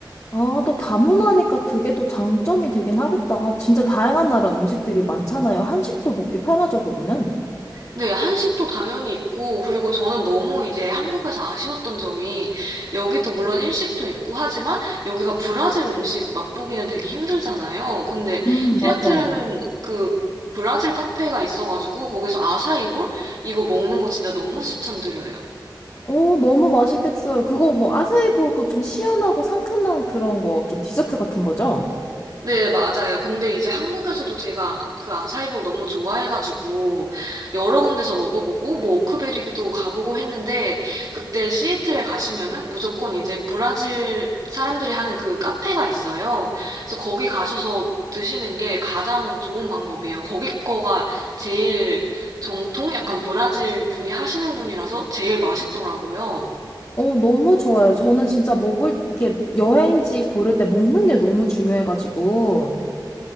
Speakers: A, on the left; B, on the right.
A: 아, 또 다문화니까 그게 또 장점이 되긴 하겠다. 진짜 다양한 나라 음식들이 많잖아요. 한식도 먹기 편하죠, 거기는.
B: 네, 한식도 당연히 있고, 그리고 저는 너무 이제 한국에서 아쉬웠던 점이, 여기도 물론 일식도 있고 하지만, 여기가 브라질 음식 맛보기는 되게 힘들잖아요. 근데
A: 음,
B: 시애틀에는
A: 맞아.
B: 그 브라질 카페가 있어가지고, 거기서 아사이볼? 이거 먹는 거 진짜 너무 추천드려요.
A: 어, 너무 맛있겠어요. 그거 뭐 아세이 볼고 좀 시원하고 상큼한 그런 거, 좀 디저트 같은 거죠?
B: 네, 맞아요. 근데 이제 한국에서도 제가 그 아사이볼 너무 좋아해가지고 여러 군데서 먹어보고 뭐 오크베리도 가보고 했는데 그때 시애틀에 가시면은 무조건 이제 브라질 사람들이 하는 그 카페가 있어요. 그래서 거기 가셔서 드시는 게 가장 좋은 방법이에요. 거기 거가 제일 정통? 약간 브라질 분이 하시는 분이라서 제일 맛있더라고요.
A: 어, 너무 좋아요. 저는 진짜 먹을, 이게 여행지 고를 때 먹는 게 너무 중요해가지고,